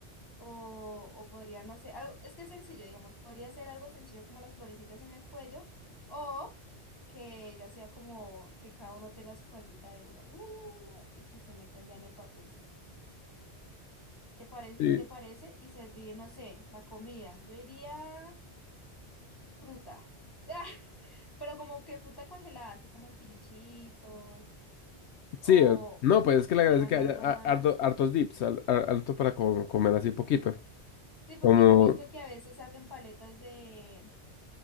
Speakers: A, on the left; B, on the left.
A: O, o podría, no sé, algo- es que es sencillo, digamos, podría ser algo sencillo como las florecitas en el cuello o que ya sea como que cada uno tenga su faldita de hula, hula, y que se metan ya en el papelcito. ¿Te parece?
B: sí.
A: ¿Sí ¿Te parece? Y servir, no sé, la comida. Yo diría fruta. <laughs> Ah, pero como que fruta congelada, así como en pinchitos o,
B: Sí, eh, no, pues
A: o
B: es
A: que
B: que
A: hicieran
B: la gracia es que haya
A: algo
B: a-
A: más.
B: harto- hartos dips, al- a- harto para co- comer así poquito.
A: Sí, porque
B: Como,
A: yo he visto que a veces hacen paletas de